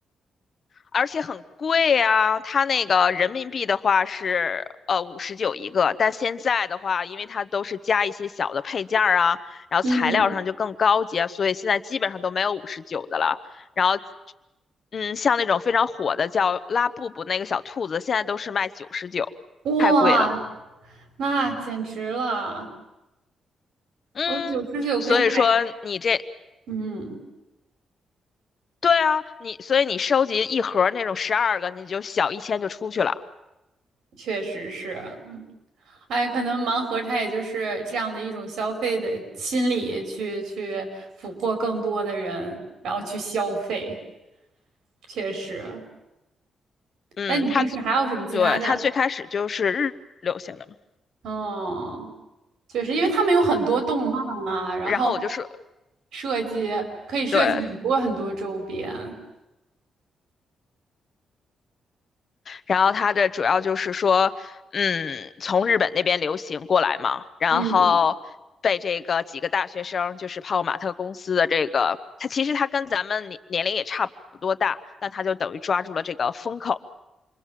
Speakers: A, on the left; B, on the right.
A: 而且很贵啊，它那个人民币的话是呃五十九一个，但现在的话，因为它都是加一些小的配件儿啊，然后材料上就更高级啊，
B: 嗯，
A: 所以现在基本上都没有五十九的了。然后，嗯，像那种非常火的叫拉布布那个小兔子，现在都是卖九十九，
B: 哇，
A: 太贵了。
B: 那简直了！
A: 嗯，
B: 我九十九可以买，
A: 所以说你这，
B: 嗯。
A: 对啊，你所以你收集一盒儿那种十二个，你就小一千就出去了。
B: 确实是，嗯哎，可能盲盒它也就是这样的一种消费的心理去，去俘获更多的人，然后去消费，确实。
A: 嗯，
B: 那你平时还有什么其他的？
A: 他对他最开始就是日流行的嘛，
B: 哦，确实，因为他们有很多动漫啊，然后
A: 然后我就是
B: 设计可以设计很多很多周边。
A: 对，然后他的主要就是说，嗯，从日本那边流行过来嘛，然后被这个几个大学生，
B: 嗯，
A: 就是泡泡玛特公司的这个，他其实他跟咱们年年龄也差不多大，但他就等于抓住了这个风口。